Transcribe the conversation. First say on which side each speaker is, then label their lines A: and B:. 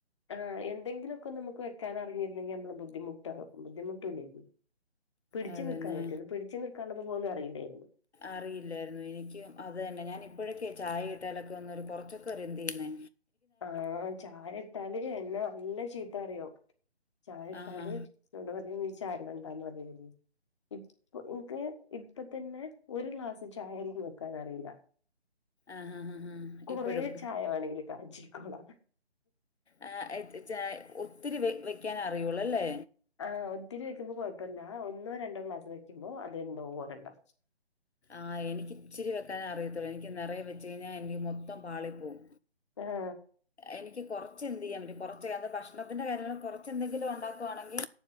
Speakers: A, on the left; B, on the left.
A: ആഹ് എന്തെങ്കിലൊക്കൊന്നമ്മക്ക് വെക്കാനറിയില്ലെങ്കി അമ്മള് ബുദ്ധിമുട്ടാകും ബുദ്ധിമുട്ടൂലേര്ന്ന് പിടിച്ചു
B: അത്
A: നിക്കാൻ
B: തന്നെ
A: പറ്റ്ന് പിടിച്ചു നിക്കാള്ളത് പോലും അറിയില്ലേര്ന്നു
B: അറിയില്ലായിരുന്നു എനിക്കും അതു തന്നെ ഞാനി പ്പോഴൊക്കെ ചായയിട്ടാലൊക്കെ ഒന്ന് ഒരു കുറച്ചൊക്കറി എന്തെയ്യ്ന്നെ
A: ഓഹ് ചായയിട്ടാല് എന്നെ നല്ല ചീ ത്തറിയു ചായയിട്ടാല്
B: ആഹാ
A: എന്നോട് പറയും നീ ചായയിടണ്ടാന്ന് പറയായ്ര്ന്നു ഇപ്പൊ എനിക്ക് ഇപ്പ തന്നെ ഒരു ഗ്ലാസ് ചായയൊന്നും വെക്കാനറിയില്ല
B: ആഹാ ഹാ ഹാ
A: കൊറെ
B: ഇപ്പോഴും
A: ചായ വേണെങ്കി കാച്ചിക്കോളാ
B: ആഹ് എ ച ചായ ഒത്തിരി വെ വെക്കാനറിയുള്ളൂ അല്ലെ
A: ആഹ് ഒത്തിരി വെക്കുമ്പോ കൊഴപ്പില്ല അ ഒന്നോ രണ്ടോ ഗ്ലാസ് വെക്കുമ്പോ അതെന്തോ പോലെണ്ടാവും
B: ആഹ് എനിക്കിച്ചിരി വെക്കാനറിയത്തുള്ളെ എനിക്ക് നെറയെ വെച്ച് കയഞ്ഞാ എനിക്ക് മൊത്തോം പാലിപ്പോവും
A: ഏഹ്
B: എനിക്ക് കുറച്ച് എന്ത് ചെയ്യൻ പറ്റും കുറച്ച് ഭക്ഷണത്തിന്റെ കാര്യങ്ങൾ കുറച്ച് എന്തെങ്കിലും ഉണ്ടാക്കുകവാണെങ്കി